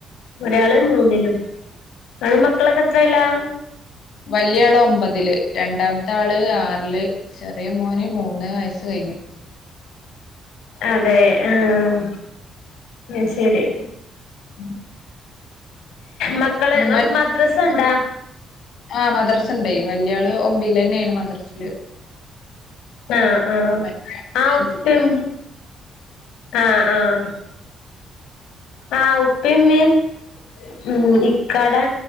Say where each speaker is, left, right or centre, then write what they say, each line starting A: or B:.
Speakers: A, on the left (about 85°); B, on the left (about 70°).
A: ഒരാള് മൂന്നിലും ഇങ്ങളെ മക്കളൊക്കെത്രെയിലാ
B: വലിയ ആള് ഒമ്പതില് രണ്ടാമത്താള് ആറില് ചെറിയ മോന് മൂന്ന് വയസ്സ് കഴിഞ്ഞു
A: അതെ ആഹ് അത് ശരി
B: <inaudible>
A: മക്കള്
B: ഉമ്മ
A: അപ്പൊ മദ്രസണ്ടാ
B: ആഹ് മദ്രസുണ്ടേയ് വല്യാള് ഒമ്പതിലെന്നെയാണ് മദ്രസില്
A: ആഹ് ആഹ്
B: മറ്റേ ആള് പിന്നെ
A: ആ
B: അഞ്ചില്.
A: ഉപ്പയും ആഹ് ആഹ് ആഹ് ഉപ്പയുമ്മയും ഉം ഇക്കാടെ